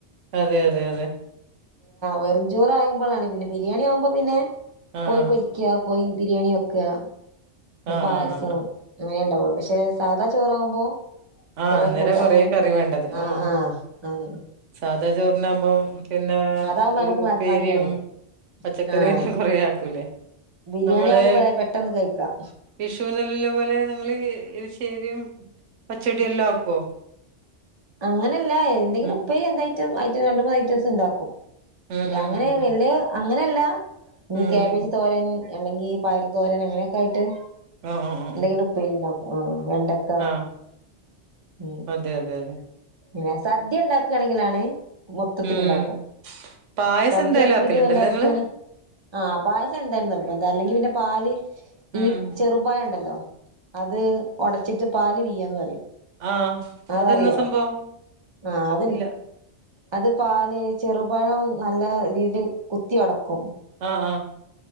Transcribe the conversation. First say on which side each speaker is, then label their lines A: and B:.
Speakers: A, on the right; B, on the right.
A: അതെ അതെ അതെ
B: വെറുംചോറ് ആവുപ്പളാണ് ബിരിയാണി ആവുമ്പോ പിന്നെ
A: ആഹ്
B: കോയി പൊരിക്കാ കോയി ബിരിയാണി വെക്കാ
A: ആഹ്
B: പായസം
A: ആഹ് ആഹ്
B: അങ്ങനെ ഉണ്ടാവുള്ളു പക്ഷെ സാധാ ചോറാവുമ്പോ
A: ആഹ്
B: കൊറെ
A: അന്നേരം
B: കൂട്ടാനും
A: കൊറേ കറി വേണ്ടത്
B: ആഹ്
A: ഉം
B: ആഹ് ആഹ്
A: സാധാ ചോറിനാവുമ്പോ പിന്നെ
B: അതാവുമ്പോ
A: ഒരു
B: നമുക്ക്
A: ഉപ്പേരിയും
B: പണിയാണ്
A: പച്ചക്കറിയെല്ലം
B: ആഹ്
A: കൊറെക്കുലെ
B: ബിരിയാണി
A: നമ്മള്
B: ആവുമ്പോ വേ പെട്ടെന്ന് കഴിക്കാം
A: വിഷു നല്ല പോലെ ഇങ്ങള് പ്പേരി പച്ചടി എല്ലാം ആക്കോ.
B: അങ്ങനെയല്ല എന്തെങ്കിലും
A: ഉം
B: ഉപ്പേരി എന്തായിറ്റം ഐറ്റം രണ്ട് മൂന്ന് ഐറ്റംസ് ഉണ്ടാക്കും.
A: ഉം ഉം
B: അങ്ങനെ
A: ഉം
B: വല്ല്യ
A: ഉം
B: അങ്ങനെയല്ല ഇനി
A: ഉം
B: കേബജ് തോരൻ അല്ലെങ്കി പയറു തോരൻ അങ്ങനൊക്ക ആയിട്ട്
A: ആ ആ ആ
B: എന്തെങ്കിലും ഉപ്പേരി ഉണ്ടാക്കും ആഹ് വെണ്ടക്ക
A: ആ ആ
B: ഉ
A: അതെ അതെ അതെ.
B: പിന്നെ സദ്യ ഉണ്ടാക്കുകയാണെങ്കിലാണ് മൊത്തത്തി
A: ഉം
B: ഉണ്ടാക്കും.
A: പായസം
B: സദ്യ
A: എന്തായാലും
B: ആക്കിട്ട്
A: ആക്കലുണ്ടല്ലേ
B: വേണ്ടക്കെയാണ്
A: നിങ്ങള്
B: ആഹ് പായസം എന്തായാലും നിർബന്ധ. അല്ലെങ്കി പിന്നെ പാല്
A: ഉം
B: ഈ ചെറുപയം ഉണ്ടല്ലോ അത് ഒടച്ചിട്ട് പാല് പീയാന്ന് പറയും
A: ആഹ്
B: അതറിയോ
A: അതന്ന സംഭവം?
B: ആഹ് അത്
A: ഇല്ല
B: അത് പാല് ചെറുപഴം നല്ല രീതിൽ കുത്തി ഒടക്കും
A: ആഹ് ആഹ്